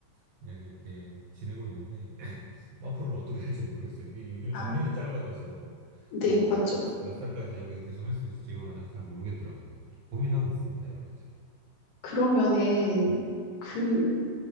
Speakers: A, on the right; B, on the left.
A: 그냥 이렇게 지내고 있는데 <clears throat> <laughs> 뭐 앞으로는 어떻게 할지 모르겠어요. 이게 요즘에
B: 아,
A: 정년이 짧아져서
B: 네,
A: 저도 뭐
B: 맞죠.
A: 몇 살까지 여기서 계속 할 수 있을지 이건 아직 잘 모르겠더라고요. 고민하고 있습니다. 여러 가지.
B: 그러면은
A: 음.
B: 그